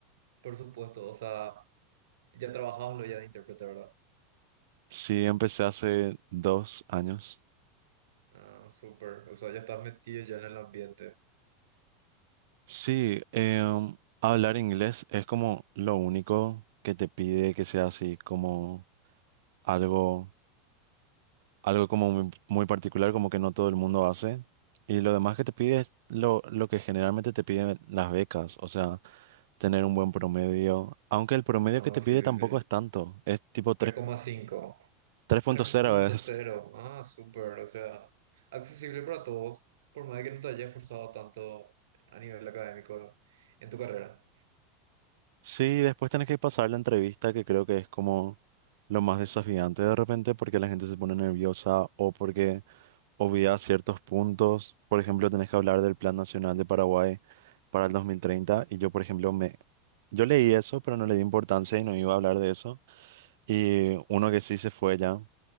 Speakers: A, on the right; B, on the right.
A: Por supuesto, o sea, ya trabajabas lo ya de intérprete, ¿verdad?
B: Sí, empecé hace dos años.
A: Ah, súper. O sea, ya estás metido ya en el ambiente.
B: Sí, em, hablar inglés es como lo único que te pide que sea así como algo, algo como muy, muy particular, como que no todo el mundo hace. Y lo demás que te pide es lo, lo que generalmente te piden las becas, o sea, tener un buen promedio, aunque el promedio
A: Ah,
B: que te
A: sí,
B: pide
A: sí,
B: tampoco
A: sí. tres
B: es tanto, es tipo
A: tres coma cinco
B: 3.0,
A: tres
B: 3.0
A: punto
B: es.
A: cero Ah, súper. O sea, accesible para todos, por más de que no te hayas esforzado tanto a nivel académico en tu carrera.
B: Sí, después tenés que pasar la entrevista, que creo que es como lo más desafiante de repente, porque la gente se pone nerviosa o porque obvia ciertos puntos. Por ejemplo, tenés que hablar del Plan Nacional de Paraguay para el 2030 y yo, por ejemplo, me... Yo leí eso, pero no le di importancia y no iba a hablar de eso. Y uno que sí se fue ya